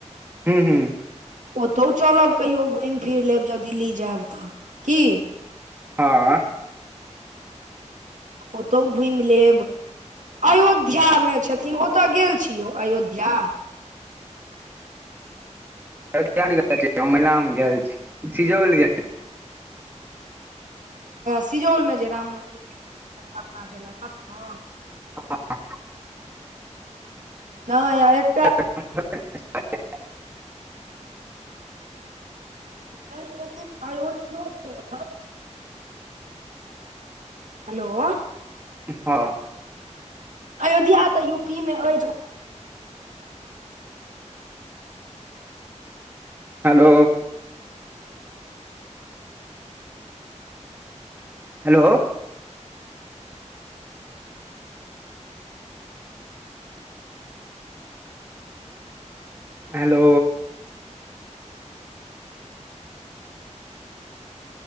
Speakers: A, on the right; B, on the right.
A: हू हूँ
B: ओतौ चलब कहियो घुमि फिर लेब जब दिल्ली जायब तऽ की
A: हँ
B: ओतो घुमि लेब अयोध्या मे छथिन ओत गेल छियौ अयोध्या
A: अयोध्य गेल छी मलाम गेल छी सिजौल गेल
B: सिजौल मे जे राम मन्दिर के स्थापना भेले तत
A: <inaudible>
B: नय आ एकटा
A: <inaudible>
B: नहि त अयोध्यो चलब हेलो
A: हँ हँ
B: अयोध्या तऽ यूपी मे अछि
A: हेलो हेलो हेलो